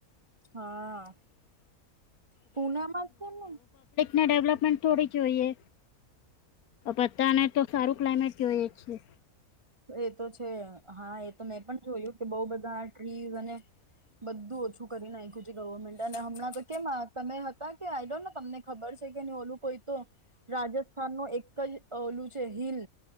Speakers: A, on the right (about 30°); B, on the left (about 85°).
A: હા, પુનામાં છેને?
B: ને ડેવલપમેન્ટ થોડી જોઈએ, બધાને તો સારું ક્લાઇમેટ જોઈએ છીએ.
A: એ તો છે. હા એ તો મેં પણ જોયું કે બહું બધા ટ્રીઝ અને બધું ઓછું કરી નાખ્યું છે ગવર્મેન્ટએ. હમણાં તો કેમ તમે હતા કે, આઈ ડોન્ટ નો. તમને ખબર છે કે ઓલું કોઈ તો રાજસ્થાન નો એક કઈ ઓલું છે હિલ